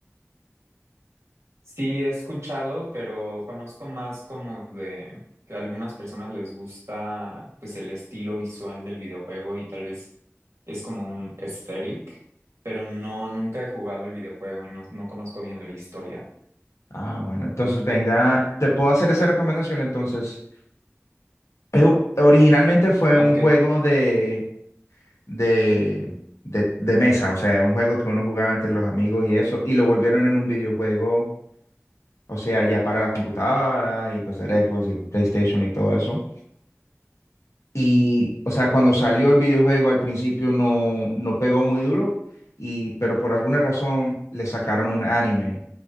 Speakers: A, on the right; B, on the left.
A: Sí he escuchado, pero conozco más como de que a algunas personas les gusta pues el estilo visual del videojuego y tal vez es como un aesthetic, pero no, nunca he jugado el videojuego y no, no conozco bien la historia.
B: Ah, bueno, entonces venga, te puedo hacer esa recomendación. Entonces, Eh, originalmente fue
A: Ah,
B: un
A: Ok.
B: juego de de, de, de mesa, o sea, un juego que uno jugaba entre los amigos y eso, y lo volvieron en un videojuego, o sea, ya para la computadora y pues el Xbox y el PlayStation y todo eso. Y, o sea, cuando salió el videojuego al principio no, no pegó muy duro, y, pero por alguna razón le sacaron un anime